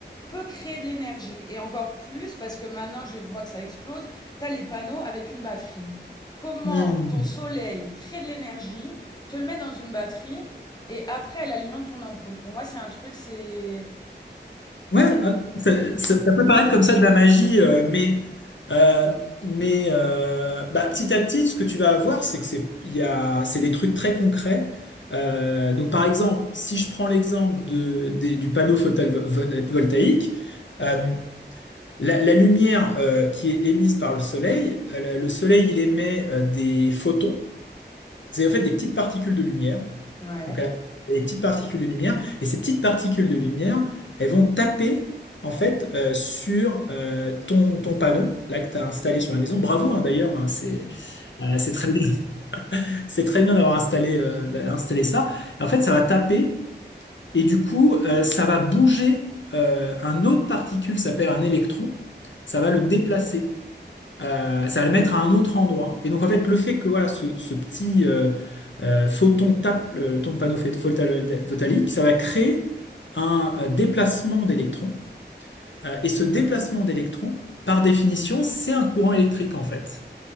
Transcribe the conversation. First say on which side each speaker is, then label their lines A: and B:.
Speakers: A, on the left; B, on the left.
A: peut créer de l'énergie. Et encore plus parce que maintenant, je vois que ça explose, t'as les panneaux avec une batterie. Comment
B: Hmm.
A: ton soleil crée de l'énergie, te le met dans une batterie et après elle alimente ton ampoule. Pour moi, c'est un truc, c'est...
B: Ouais,
A: c'est-
B: euh, ça, ça- ça peut paraître comme ça de la magie, euh, mais euh, mais euh, bah, petit à petit, ce que tu vas avoir, c'est que c'est il y a c'est des trucs très concrets. Euh, donc par exemple, si je prends l'exemple de, des- du panneau photovoltaïque, euh, la, la lumière euh, qui est émise par le soleil, euh, la- le soleil il émet euh, des photons, c'est en fait des petites particules de lumière.
A: Ouais.
B: Donc, elle a des petites particules de lumière. Et ces petites particules de lumière, elles vont taper, en fait, euh, sur euh, ton, ton panneau, là, que tu as installé sur la maison. Bravo, hein, d'ailleurs, hein, c'est euh, c'est très bien, <laughs> c'est très bien d'avoir installé, euh, installé ça. Et en fait, ça va taper, et du coup, euh, ça va bouger euh, un autre particule, ça s'appelle un électron, ça va le déplacer euh, ça va le mettre à un autre endroit. Et donc en fait, le fait que voilà ce, ce petit euh, euh, photon tape euh, ton panneau phé- photal- photonique, ça va créer un euh, déplacement d'électrons. Euh, et ce déplacement d'électrons, par définition, c'est un courant électrique en fait.